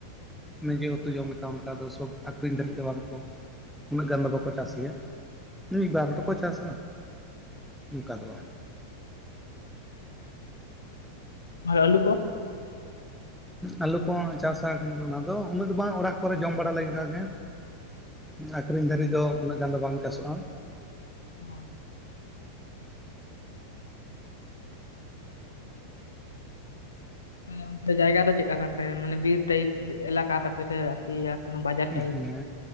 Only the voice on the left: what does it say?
ᱦᱩᱸ
ᱦᱩᱸ
ᱟᱨ ᱟᱹᱞᱩ ᱠᱚ
ᱚ ᱢᱟᱱᱮ ᱚᱱᱛᱮ ᱡᱟᱭᱜᱟ ᱫᱚ ᱪᱮᱫᱞᱠᱟ ᱛᱟᱯᱮ ᱢᱟᱱᱮ ᱵᱤᱨ ᱴᱟᱭᱤᱯ ᱮᱞᱟᱠᱟ ᱛᱟᱯᱮ ᱥᱮ ᱟᱨᱠᱤ ᱠᱳᱱᱳ ᱵᱟᱡᱟᱨ ᱴᱟᱭᱤᱯ?